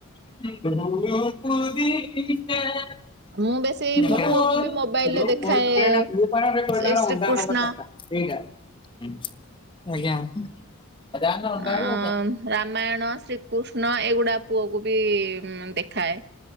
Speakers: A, on the left; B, on the right.
A: କୁପରୋ <unintelligible>
B: ମୁଁ ବେଶୀ ମୋ ପୁଅକୁ
A: <unintelligible>
B: ବି ମୋବାଇଲରେ ଦେଖାଏ
A: ଏଇଟା
B: ସେଇ ଶ୍ରୀକୃଷ୍ଣ
A: ଆଜ୍ଞା। ଆଜ୍ଞା ଆଜ୍ଞା
B: ଆ ରାମାୟଣ ଶ୍ରୀକୃଷ୍ଣ ଏଇଗୁଡା ପୁଅକୁ ବି ଦେଖାଏ।